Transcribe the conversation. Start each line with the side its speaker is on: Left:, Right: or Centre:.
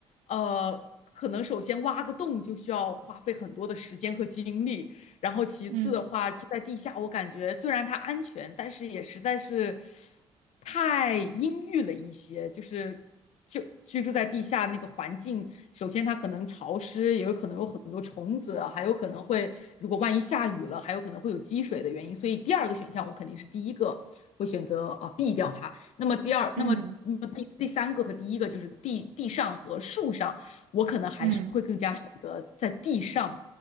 Left: 呃，可能首先挖个洞就需要花费很多的时间和精力，然后其次的话，
Right: 嗯
Left: 住在地下，我感觉虽然它安全，但是也实在是太阴郁了一些。就是就居住在地下那个环境，首先它可能潮湿，也有可能有很多虫子啊，还有可能会如果万一下雨了，还有可能会有积水的原因。所以第二个选项我肯定是第一个会选择啊避掉它。那么第二，
Right: 嗯
Left: 那么那么第第三个和第一个就是地地上和树上。我可能还是会更加选择在地上
Right: 嗯